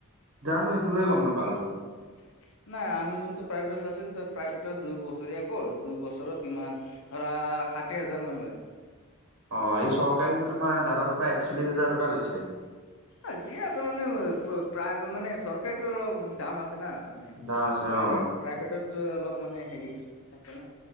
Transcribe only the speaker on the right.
জানো সেইটোহয়ে গম নাপালো
অ', এই চৰকাৰীটো তোমাৰ দাদাটোৰ পৰা একচল্লিশ হাজাৰ টকা লৈছে।
দাম আছে
অ